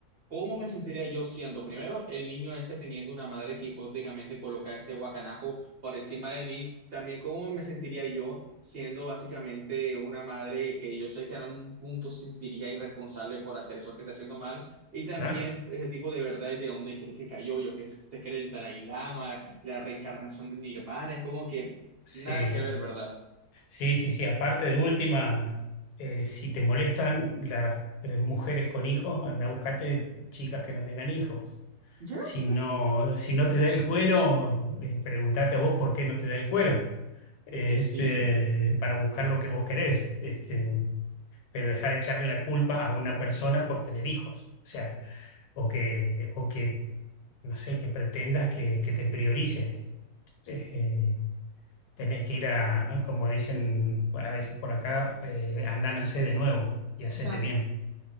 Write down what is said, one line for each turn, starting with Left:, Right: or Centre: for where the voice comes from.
Right: ¿cómo me sentiría yo siendo, primero, el niño este teniendo una madre que hipotéticamente coloca este guacanajo por encima de mí? También, ¿cómo me sentiría yo siendo básicamente una madre que yo sé que en algún punto sentiría irresponsable por hacer eso que está haciendo mal? Y también
Left: Claro.
Right: ese tipo de verdades de dónde crees que cayó, yo que es- se cree el Dalai Lama, la reencarnación de Nirvana, es como que
Left: Sí.
Right: nada que ver, ¿verdad?
Left: Sí, sí, sí. Aparte de última, eh, si te molestan las eh, mujeres con hijos, anda a buscarte chicas que no tengan hijos.
Right: Ya,
Left: Si
Right: pues,
Left: no, si no te da el cuero, eh, preguntate a vos por qué no te da el cuero. Este,
Right: es que sí.
Left: para buscar lo que vos querés. Este, pero dejar de echarle la culpa a una persona por tener hijos. O sea, o que, o que, no sé, que pretendas que, que te priorice. eh, Tenés que ir a, a, como dicen a veces por acá, eh, andánase de nuevo y hacete
Right: <laughs>
Left: bien.